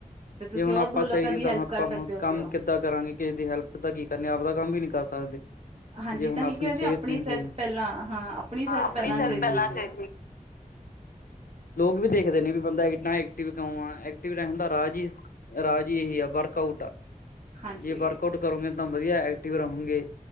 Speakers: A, on the right (about 45°); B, on the left (about 80°).
A: ਤੇ ਤੁਸੀਂ
B: ਜੇ ਹੁਣ
A: ਹੋਰ
B: ਆਪਾਂ
A: ਦੋ ਲੋਕਾਂ
B: ਸਹੀ ਨਹੀ
A: ਦੀ
B: ਤਾਂ
A: ਹੈਲਪ
B: ਆਪਾਂ
A: ਕਰ
B: ਹੁਣ
A: ਸਕਦੇ ਹੋਗੇ
B: ਕੰਮ
A: ਹੋ
B: ਕਿੱਥੋਂ ਕਿੱਦਾਂ ਕਰਾਂਗੇ ਕਿਸੇ ਦੀ ਹੈਲਪ ਤਾਂ ਕੀ ਕਰਨੀ ਆਪਦਾ ਕੰਮ ਵੀ ਨਹੀਂ ਕਰ ਸਕਦੇ।
A: ਹਾਂਜੀ
B: ਜੇ ਹੁਣ
A: ਤਾਂਹੀ
B: ਆਪਣੀ
A: ਕਹਿੰਦੇ
B: ਸਿਹਤ ਨੀ ਸਹੀ,
A: ਪਹਿਲਾਂ ਹਾਂ ਸਿਹਤ
B: ਹਾਂ ਆਪਣੀ
A: ਪਹਿਲਾਂ
B: ਸਿਹਤ
A: ਚਾਹੀਦੀ
B: ਪਹਿਲਾ
A: ਹੈਗੀ
B: ਚਾ
A: ਹੈ।
B: ਲੋਕ ਵੀ ਦੇਖਦੇ ਨੇ ਵੀ ਬੰਦਾ ਇੰਨਾ ਐਕਟਿਵ ਕਿਉ ਆ ਐਕਟਿਵ ਰਹਿਣ ਦਾ ਰਾਜ ਹੀ, ਰਾਜ ਇਹੀ ਆ ਵਰਕ ਆਊਟ, ਆ
A: ਹਾਂਜੀ,
B: ਜੇ ਵਰਕ ਆਊਟ ਕਰੋਗੇ ਤਾਂ ਵਧੀਆ ਐਕਟਿਵ ਰਹੋਗੇ